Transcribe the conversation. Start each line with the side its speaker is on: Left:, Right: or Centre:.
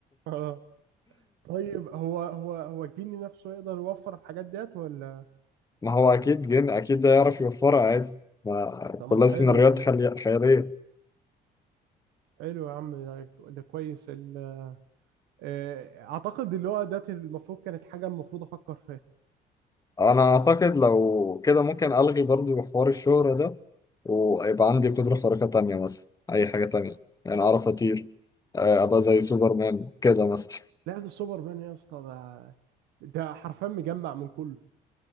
Right: اه طيب هو هو هو الجني نفسه يقدر يوفر الحاجات ديت ولا
Left: ما هو اكيد جن اكيد ده يعرف يوفرها عادي ما
Right: طب
Left: كلها
Right: ما حلو
Left: سيناريوهات
Right: ده
Left: خلي- خيالية
Right: حلو يا عم ده ده كويس ال- آه، اعتقد اللي هو ده المفروض كانت حاجة المفروض افكر فيها
Left: انا اعتقد لو كده ممكن الغي برضو حوار الشهرة ده ويبقى عندي قدرة خارقة تانية مثلا اي حاجة تانية يعني اعرف اطير آه، ابقى زي سوبرمان كده مثلا
Right: لا ده سوبر مان يا اسطى ده ده حرفيا مجمع من كله